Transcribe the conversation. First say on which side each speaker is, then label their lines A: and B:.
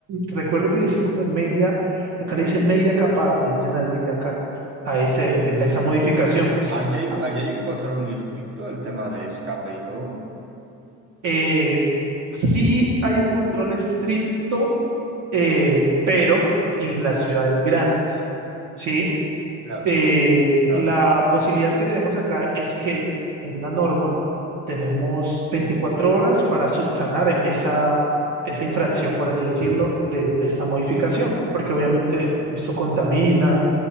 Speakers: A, on the right; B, on the right.
A: recuerdo que le dicen como media, acá le dicen media capa, le dicen así acá, a ese,
B: ujú.
A: a esa modificación.
B: Allí hay,
A: Ah,
B: allí hay un control muy estricto del tema de escape y todo.
A: Eh, sí hay un control estricto, eh, pero en las ciudades grandes, ¿sí?
B: Claro,
A: Eh,
B: claro.
A: la posibilidad que tenemos acá es que en la norma tenemos 24 horas para subsanar esa, esa infracción, por así decirlo, de esta modificación, porque obviamente esto contamina